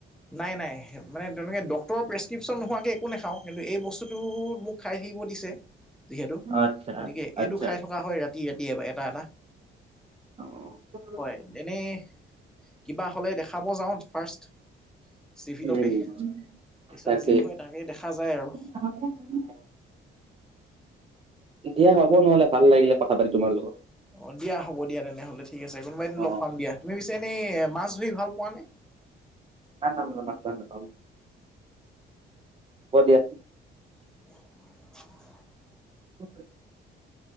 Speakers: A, in the centre; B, on the right (about 30°).
A: নাই নাই মানে তেনেকে ডক্টৰৰ প্ৰেছক্ৰিপশ্যন নোহোৱাকৈ একো নাখাওঁ কিন্তু এই বস্তুটোতো মোক খাই আহিব দিছে যিহেতু
B: আচ্ছা
A: গতিকে এইটো
B: আচ্ছা
A: খাই
B: আচ্ছা
A: থকা হয় ৰাতি ৰাতি এটা এটা
B: অ'।
A: হয় এনেই কিবা হ'লে দেখাব যাওঁ ফাৰ্ষ্ট। চিভিলতে
B: উম
A: পিছত
B: তাকেই
A: যি হয় তাকেই দেখা যায় আৰু।
B: <inaudible> দিয়া হ'ব নহ'লে ভাল লাগিলে কথা পাতি তোমাৰ লগত।
A: অ', দিয়া হ'ব দিয়া তেনেহ'লে ঠিক আছে কোনোবা দিনা
B: অ
A: লগ পাম দিয়া। তুমি পিছে এনে মাছ ধৰি ভাল পোৱা নে?
B: না না না মাছ ভাল নেপাওঁ। হ'ব দিয়া।
A: <inaudible>
B: <inaudible>